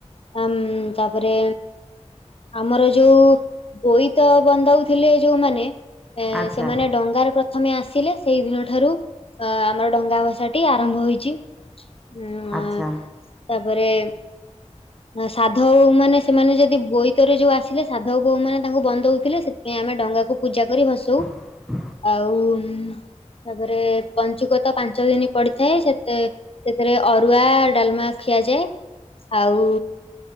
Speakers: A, on the left; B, in the centre.
A: ଆମ୍ -ତାପରେ ଆମର ଯଉ ବୋଇତ ବନ୍ଦାଉଥିଲେ ଯଉମାନେ ଏଁ-
B: ଆଚ୍ଛା
A: ସେମାନେ ଡଙ୍ଗାରେ ପ୍ର ପ୍ରଥମେ ଆସିଲେ ସେଇ ଦିନ ଠାରୁ ଅ- ଆମର ଡଙ୍ଗା ଭସା ଟି ଆରମ୍ଭ ହୋଇଚି। ଉଁ-
B: ଆଚ୍ଛା
A: ଆ-ତାପରେ ସାଧବ ବୋହୂ ମାନେ ସେମାନେ ଯଦି ବୋଇତରେ ଯଉ ଆସିଲେ ସାଧବ ବୋହୂ ମାନେ ତାଙ୍କୁ ବନ୍ଦଉଥିଲେ ସେ ଥିପାଇଁ ଆମେ ଡଙ୍ଗାକୁ ପୂଜା କରି ଭସଉ।
B: ହୁଁ
A: ଆଉ ତାପରେ ପଞ୍ଚୁକ ତ ପାଞ୍ଚ ଦିନି ପଡିଥାଏ ସେତେ ସେଥିରେ ଅରୁଆ ଡାଲ୍ମା ଖିଆଯାଏ ଆଉ